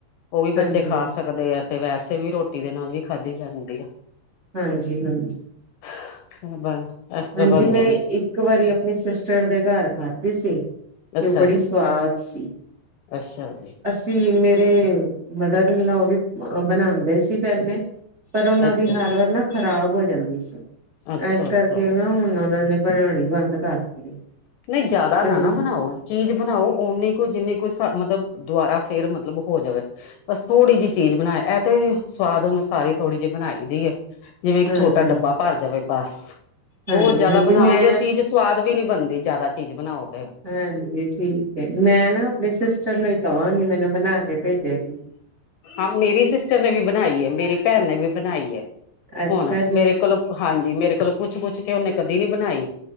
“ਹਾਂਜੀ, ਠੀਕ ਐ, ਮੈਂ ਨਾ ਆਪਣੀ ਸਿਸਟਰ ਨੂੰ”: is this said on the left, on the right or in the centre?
Right